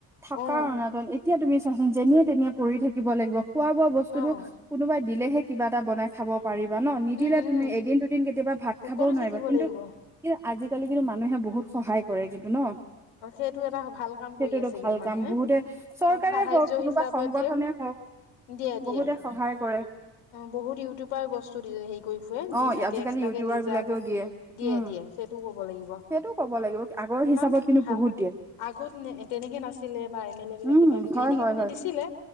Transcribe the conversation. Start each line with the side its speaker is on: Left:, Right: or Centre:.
Centre: থাকাৰ
Left: অ
Centre: অনাতন এতিয়া তুমি চাচোন যেনিয়ে তেনিয়ে পৰি থাকিব লাগিব, খোৱা বোৱা বস্তুটো
Left: অ
Centre: কোনোবাই দিলেহে কিবা এটা বনাই খাব পাৰিবা ন নিদিলে
Left: উম
Centre: তুমি
Left: উম
Centre: এদিন দুদিন কেতিয়াবা ভাত
Left: ভোকতে
Centre: খাবও নোৱাৰিবা।
Left: থাকিব লাগিব।
Centre: কিন্তু কিন্তু আজিকালি কিন্তু মানুহে বহুত সহায় কৰে কিন্তু ন?
Left: অ সেইটো এটা ভাল কাম
Centre: সেইটো
Left: কৰি
Centre: এইটো
Left: আছে
Centre: ভাল
Left: কিন্তু মানুহে,
Centre: কাম বহুতে চৰকাৰে
Left: কাৰণ সাহাৰ্য্য
Centre: হওক কোনোবা
Left: হিচাপে
Centre: সংগঠনে
Left: দিয়ক
Centre: হওক
Left: দিয়ে দিয়ে।
Centre: বহুতে সহায় কৰে।
Left: অ বহুত ইউটিউবাৰ বস্তু দি হেৰি কৰি ফুৰে
Centre: অ
Left: দি থাকে
Centre: আজিকালি
Left: এক্সট্ৰাকে
Centre: ইউটিউবাৰ
Left: নিজাকৈ।
Centre: বিলাকেও
Left: দিয়ে
Centre: উম
Left: দিয়ে সেইটো ক'ব লাগিব,
Centre: সেইটো ক'ব লাগিব আগৰ হিচাপত
Left: কাৰণ
Centre: কিন্তু
Left: ভাল
Centre: বহুত দিয়ে
Left: আগত এ তেনেকে নাছিলে বা এম এল এ বিলাকে
Centre: উম
Left: কিবা কিবি
Centre: হয়
Left: এনেকে
Centre: হয়
Left: মানে
Centre: হয়
Left: দিছিলে।